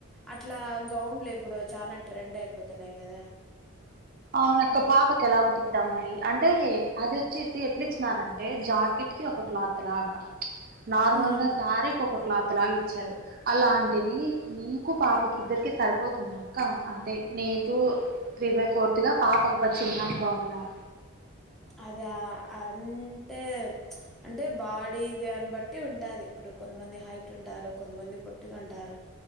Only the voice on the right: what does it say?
అవునక్క పాపకి ఎలాగుట్టిద్దాం మరి అంటే అది వచ్చేసి ఎట్లిచ్చినారం టే జాకెట్ కి ఒక క్లాత్ లాగా నార్మల్
గా శారీకి ఒక క్లాత్ త్ లాగా ఇచ్చారు అలాంటిది నీకు పాపకి
ఇద్దరికి సరిపోతు దాక్క అంటే నీకు త్రీ బై ఫోర్ టుగా పాపకు పచ్చిందగు ఉందాం